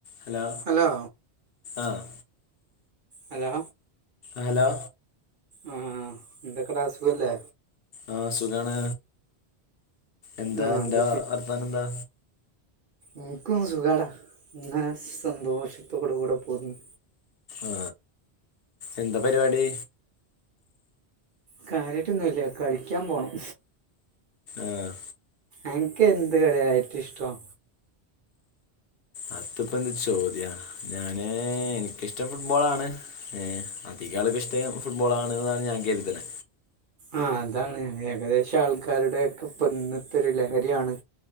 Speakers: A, on the left; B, on the right.
A: Hello
B: hello
A: ആഹ്
B: hello
A: hello
B: ആ എന്തെക്കടാ സുഖല്ലേ
A: ആഹ് സുഖാണ് എന്താ
B: ആഹ്
A: അന്റെ
B: അത്
A: വർത്താന ന്താ
B: ഇൻക്കും സുഖാടാ ഇങ്ങനെ സന്തോഷത്തോട് കൂടെ പോകുന്നു
A: ആ എന്താ പരിപാടി
B: കാര്യായിട്ട് ഒന്നും ഇല്ല കളിക്കാൻ പോണം
A: ആഹ്
B: അൻക്ക് എന്ത് കളിയാ ഏറ്റുഷ്ട്ടം
A: അത് പ്പം എന്ത് ചോദ്യാ ഞാന് എനിക്കിഷ്ടം ഫുട്ബോൾ ആണ് ഏ അധികാൾക്കും ഇഷ്ടം ഫുട്ബോൾ ആണ് ന്നാണ് ഞാൻ കെര്ത്ണെ
B: ആ അതാണ് ഏകദേശം ആൾക്കാരുടെയൊക്കെ ഇപ്പം ഇന്നത്തൊരു ലഹരിയാണ്